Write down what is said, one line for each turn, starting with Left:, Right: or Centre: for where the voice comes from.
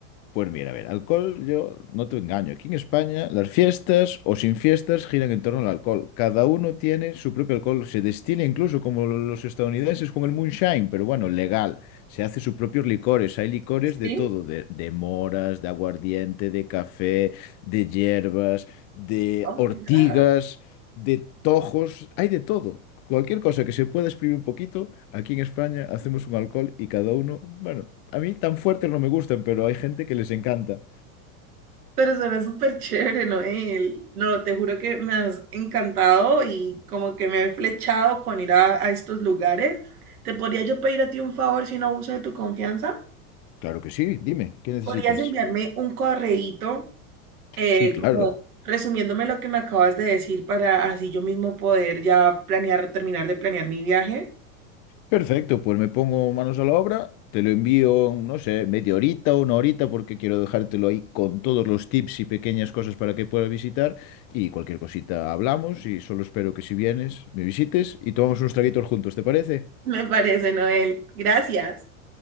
Left: Pues mira, a ver, alcohol, yo no te engaño. Aquí en España, las fiestas o sin fiestas giran en torno al alcohol. Cada uno tiene su propio alcohol. Se destila incluso como los estadounidenses con el moonshine, pero bueno, legal. Se hace sus propios licores. Hay licores de
Right: Sí,
Left: todo, de, de moras, de aguardiente, de café, de hierbas, de
Right: Oh my
Left: ortigas
Right: God.
Left: de tojos, hay de todo. Cualquier cosa que se pueda exprimir un poquito, aquí en España hacemos un alcohol y cada uno, bueno, a mí tan fuertes no me gustan, pero hay gente que les encanta.
Right: Pero suena súper chévere, Noel. No, te juro que me has encantado y como que me he flechado con ir a, a estos lugares. ¿Te podría yo pedir a ti un favor si no abuso de tu confianza?
Left: Claro que sí, dime, ¿qué necesitas?
Right: ¿Podrías enviarme un correíto eh,
Left: Sí, claro.
Right: como resumiéndome lo que me acabas de decir para así yo mismo poder ya planear, terminar de planear mi viaje?
Left: Perfecto, pues me pongo manos a la obra, te lo envío, no sé, media horita o una horita, porque quiero dejártelo ahí con todos los tips y pequeñas cosas para que puedas visitar. Y cualquier cosita hablamos y solo espero que si vienes, me visites y tomamos unos traguitos juntos, ¿te parece?
Right: <laughs> Me parece, Noel. Gracias.